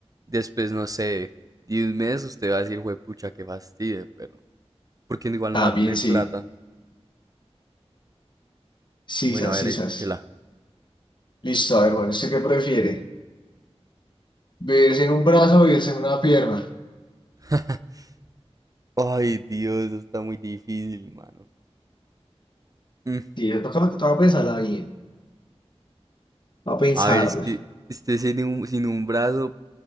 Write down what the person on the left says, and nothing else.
También
sí.
Sisas,
sisas.
Listo, a ver, bueno, ¿usted qué prefiere? ¿Beberse en un brazo o beberse en una pierna?
Sí, le toca lo que te va a pensarla bien. Va a pensarla.